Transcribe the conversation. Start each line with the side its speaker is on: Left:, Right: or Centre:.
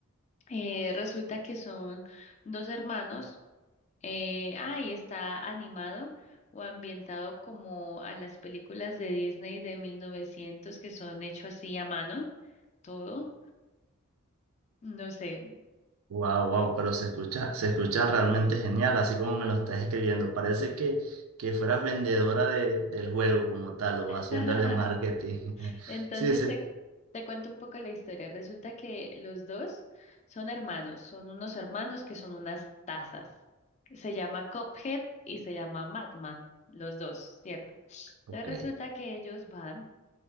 Left: Eh, resulta que son dos hermanos. Eh, ahí está animado o ambientado como a las películas de Disney de 1900 que son hechos así a mano, todo, no sé.
Right: Wow, wow, pero se escucha, se escucha realmente
Left: Mm.
Right: genial, así como me lo estás escribiendo. Parece que, que fueras vendedora de, del juego como tal o haciéndole
Left: <laughs>
Right: marketing. <laughs>
Left: Entonces
Right: Sí, sí.
Left: te, te cuento un poco la historia. Resulta que los dos son hermanos, son unos hermanos que son unas tazas. Se llama Cuphead y se llama Madman, los dos, ¿cierto? Entonces
Right: Ok,
Left: resulta que ellos van